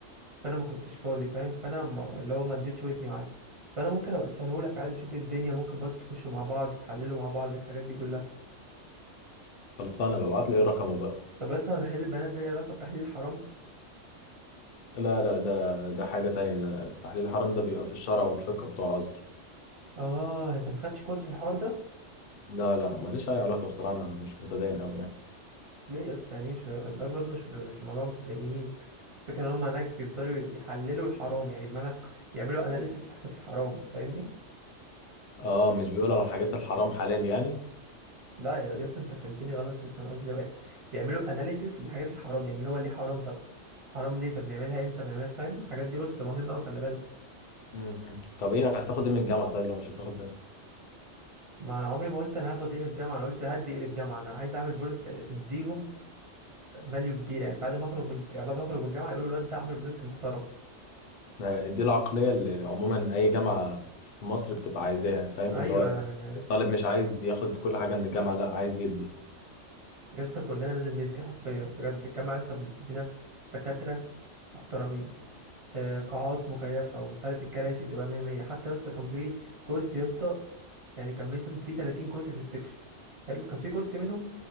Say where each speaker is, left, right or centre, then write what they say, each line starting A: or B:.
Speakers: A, on the right; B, on the left.
A: فانا ما كنتش فاضي فاهم فانا ما- اللي هو ما اديتش ودني معاه فانا ممكن ابقى اسهلهولك عادي اشوف الدنيا ممكن برضه تخشوا مع بعض تحللوا مع بعض الحاجات دي كلها
B: خلصانة ببعت لي رقمه بقى
A: طب بس هو تحليل البنات ده ليه علاقه بتحليل الحرام
B: لا لا ده ده حاجة تانية ده تحليل الحرام ده بيبقى في الشرع والفقه بتوع الأزهر
A: اه انت ما خدتش كورس في الحوار ده
B: لا لا ماليش أي علاقة بصراحة أنا مش متدين أوي يعني
A: ليه يا اسطى يعني مش ده برضه مش مش موضوع متدينين فكرة ان هم هناك بيفضلوا يحللوا الحرام يعني بمعنى يعملوا اناليسيس لحاجات الحرام فاهمني
B: اه مش بيقول على الحاجات الحرام حلال يعني
A: لا يا يا اسطى انت فهمتني غلط يا اسطى انا قصدي بقى- بيعملوا اناليسيس للحاجات الحرام يعني اللي هو ليه حرام طب حرام ليه طب نعملها امتى ما نعملهاش فاهم الحاجات دي برضه تبقى مهمه قوي خلي بالك
B: مم. طب ايه هتاخد ايه من الجامعة طيب لو مش هتاخد ده
A: ما انا عمري ما قلت انا هاخد ايه من الجامعه انا قلت هدي ايه للجامعه انا عايز اعمل بروجكت اديهم فاليو كبير يعني بعد ما اخرج من يعني بعد ما اخرج من الجامعه يقولوا الواد ده عمل بروجكت محترم
B: ما دي العقلية اللي عموما أي جامعة في مصر بتبقى عايزاها فاهم
A: ايوه
B: اللي هو
A: يعني
B: الطالب مش عايز ياخد كل حاجة من الجامعة لا عايز يدي
A: يا اسطى كلنا لازم ندي حرفيا بجد الجامعه يا اسطى بتدينا دكاتره محترمين آه، قاعات مكيفه ومش عارف الكراسي بتبقى 100 100 حتى يا اسطى كان في كرسي يا اسطى يعني كان مثلا في 30 كرسي في السكشن حلو كان في كرسي منهم